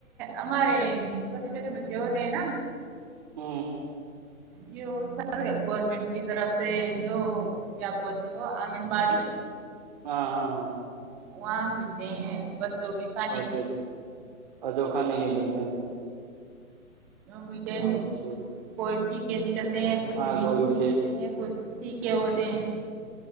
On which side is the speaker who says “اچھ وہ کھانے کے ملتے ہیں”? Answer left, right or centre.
Right